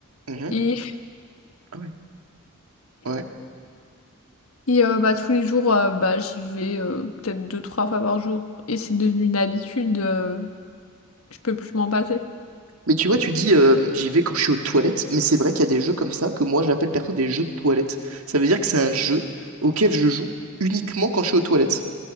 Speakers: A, on the right; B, on the left.
A: mhm,
B: Et,
A: Ah ouais. Ouais.
B: et, euh, bah, tous les jours, euh, bah, j'y vais euh, peut-être deux, trois fois par jour. Et c'est devenu une habitude, euh, je peux plus m'en passer.
A: Mais tu vois, tu dis euh, j'y vais quand je suis aux toilettes, mais c'est vrai qu'il y a des jeux comme ça que moi j'appelle perso des jeux de toilettes. Ça veut dire que c'est un jeu auquel je joue uniquement quand je suis aux toilettes.